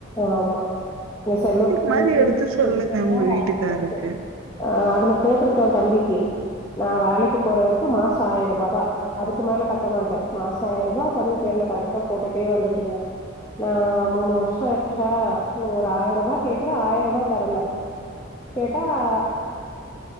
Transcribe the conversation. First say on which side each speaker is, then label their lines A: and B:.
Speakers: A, on the left; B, on the right.
A: ஆமா நா செல்வமகள்
B: மாரி
A: சேமிப்பு
B: எடுத்து சொல்லுங்க
A: திட்டொந்தா
B: உங்க
A: <unintelligible>
B: வீட்டுக்காருக்கு
A: ஆ அதுல போட்ருக்கோ தம்பிக்கு நா வேலைக்கு போற வரைக்கு மாச ஆயருபா தா அதுக்கு மேல கட்ட மாட்டே மாச ஆயருபா தம்பி பேர்ல கரெக்டா போட்டுட்டே வந்துட்ருந்தே நா மூணு வர் ஷொ ஆச்சா ஒரு ஆயருபா கேக்குறே ஆயருபா தரல கேட்டா ஆ